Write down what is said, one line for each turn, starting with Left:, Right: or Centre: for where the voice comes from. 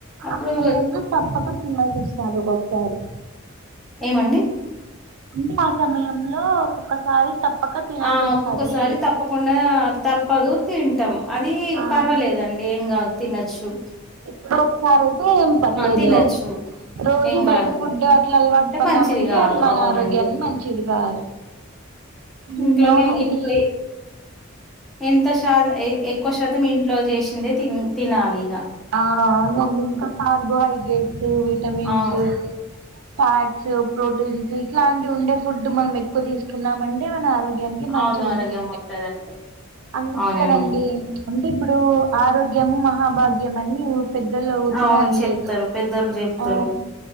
Centre: అప్పుడు
Right: ఆ సమయంలో తప్పక తడాసిస్తనుక్కొసారి
Centre: ఏమండి
Right: అంటే ఆ సమయంలో ఒక్కొక్కసారి తప్పక తినాల్సి
Centre: ఆ
Right: వస్తది
Centre: ఒక్కొక్కసారి తప్పకుండా తప్పదు తింటాం అది
Right: ఆ
Centre: పర్వాలేదండి ఏం కాదు తినచ్చు
Right: ఎప్పుడో ఒకసారైతే ఏం పర్లేదే
Centre: తినొచ్చు
Right: రోజు
Centre: ఏం
Right: బయట
Centre: కాదు
Right: ఫుడ్డే అట్ల అలవాటు
Centre: అంటే
Right: పన్నామంటే
Centre: మంచిది కాదు
Right: అది మన
Centre: అవునండి
Right: ఆరోగ్యాన్ని మంచిది కాదు ఊ
Centre: ఇంట్లోనే
Right: అవునండి
Centre: ఇంట్లో ఎంత శాత ఎ ఎక్కువ శాతం ఇంట్లో చేసిందే తిన్ తినాలి ఇంగ
Right: ఆ మళ్ళీ ఇంకా కార్బోహైడ్రేట్స్ విటమిన్స్
Centre: అవును
Right: ఫ్యాట్స్ ప్రోటీన్స్ ఇట్లాంటి ఉండే ఫుడ్ మనం ఎక్కువ తీసుకున్నమంటే మన ఆరోగ్యం గ్యానికి మంచి
Centre: అవును ఆరోగ్యం
Right: ఉంటుంది
Centre: ఉంటదండి
Right: అందుకే
Centre: అవునండి
Right: కదండి అంటే ఇప్పుడు ఆరోగ్యం మహాభాగ్యం అని ఊర్ పెద్దోలు ఊరికనే
Centre: అవును
Right: అనలేదు
Centre: చెప్తారు పెద్దోళ్ళు చెప్తారు
Right: ఆ